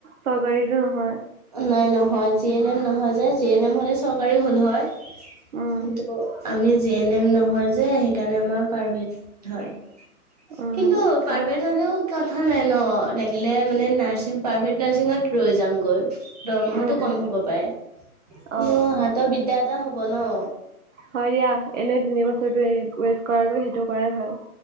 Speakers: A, on the right (about 55°); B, on the right (about 25°).
A: চৰকাৰী টো নহয়।
B: নাই নহয় জি এন এম নহয় যে জি এন এম হ'লে চৰকাৰী হ'ল হয়,
A: উম
B: কিন্তু। আমি জে এন এম নহয় যে সেইকাৰণে আমাৰ প্ৰাইভেট হয়।
A: উম
B: কিন্তু
A: গম
B: প্ৰাইভেট হ'লেও। কথা নাই ন' লাগিলে মানে নাৰ্ছিং প্ৰাইভেট নাৰছিঙত ৰৈ যামগৈ। দৰমহাটো
A: উম
B: কম
A: উম
B: হ'ব পাৰে, কিন্তু
A: অ
B: হাতৰ বিদ্যা এটা হব ন'।
A: হয় দিয়া। এনেই তিনি বছৰটো ৱেষ্ট কৰাকৈ সেইটো কৰাই ভাল।